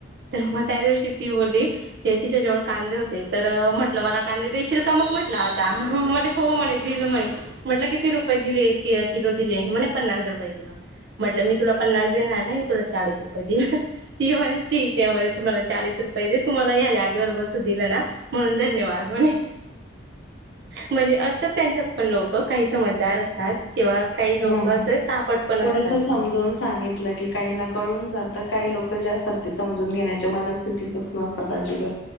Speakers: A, on the right; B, on the left.
A: तर मग त्या दिवशी ती बोलली, ते तिच्या जवळ कांदे होते, तर म्हटलं मला कांदे देशील का? मग म्हटलं आता म्हणे हो म्हणे देईल म्हणे म्हटलं किती रुपये दिले? एक किलो दिले? म्हणे पन्नास रुपये किलो म्हणलं, मी तुला पन्नास देणार नाही. मी तुला चाळीस रुपये देईल ती म्हणे ठीक आहे, म्हणे तू मला चाळीस रूपये दे. तू मला या जागेवर बसू दिलं ना, म्हणून धन्यवाद म्हणे म्हणजे, असं त्यांच्यात पण लोक काही समजदार असतात. तेव्हा काही लोक
B: थोडसं
A: असं तापट पण असतात बा
B: समजावून सांगितलं की, काही ना कळून जात काही लोक काही जे असतात ते समजून घेण्याच्या मनस्थितीतच नसतात अजिबात.